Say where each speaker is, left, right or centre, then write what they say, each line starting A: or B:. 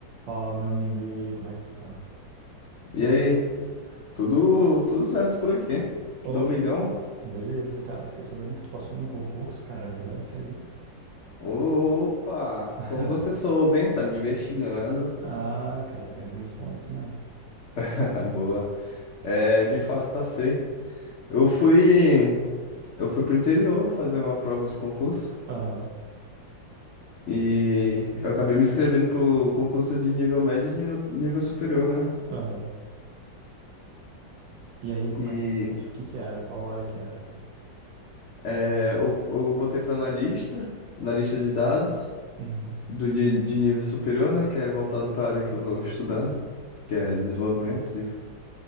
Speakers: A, on the right; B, on the left.
A: Fala, meu amigo, e aí, como é que tu tá?
B: E aí, tudo tudo certo por aqui?
A: Ô,
B: Domingão?
A: fiquei... Beleza, cara, fiquei sabendo que tu passou num concurso, cara, é verdade isso aí? hein?
B: Opa,
A: <laughs>
B: como você soube, hein? Tá me investigando.
A: Ah, cara, tem as minhas fontes, né?
B: <laughs> Boa. É, de fato passei. Eu fui eu fui pro interior fazer uma prova de concurso
A: Aham,
B: e eu acabei me inscrevendo pro concurso de nível médio e de nu- nível superior, né?
A: aham. E aí, como
B: E
A: é que... E o que que era? Qual área que era, cara?
B: é, eu, eu botei para analista, analista de dados
A: Uhum.
B: do de, de nível superior, né? Que é voltado para a área que eu estou estudando, que é desenvolvimento de